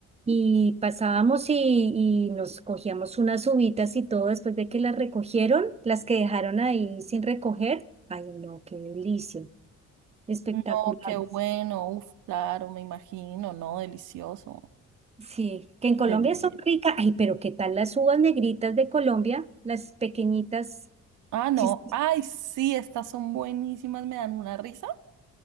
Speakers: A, on the right (about 20°); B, on the right (about 80°).
A: Y pasábamos y, y nos cogíamos unas uvitas y todo después de que las recogieron, las que dejaron ahí sin recoger. Ay, no, qué delicia. Espectaculares.
B: no, qué bueno, uf, claro, me imagino, no, delicioso.
A: Sí, que en Colombia
B: Deli-
A: son ricas. Ay, pero ¿qué tal las uvas negritas de Colombia? Las pequeñitas.
B: Ah, no.
A: chis-
B: Ay, sí, estas son buenísimas, me dan una risa